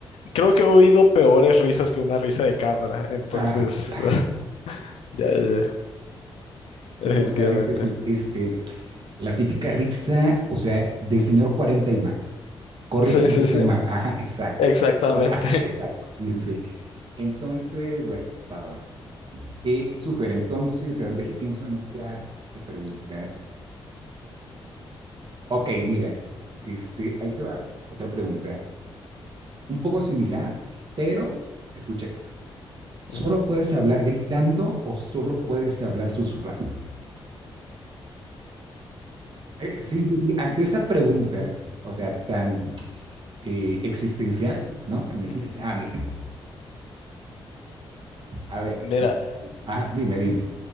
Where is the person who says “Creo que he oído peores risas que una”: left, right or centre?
Left